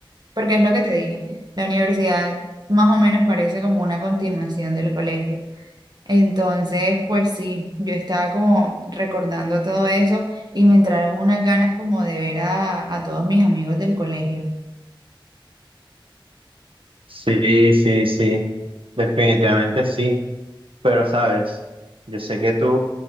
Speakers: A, on the right (about 55°); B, on the right (about 90°).
A: Porque es lo que te dije, la universidad más o menos parece como una continuación del colegio. Entonces, pues sí, yo estaba como recordando todo eso y me entraron unas ganas como de ver a, a todos mis amigos del colegio.
B: Sí, sí, sí. Definitivamente sí, pero sabes, yo sé que tú,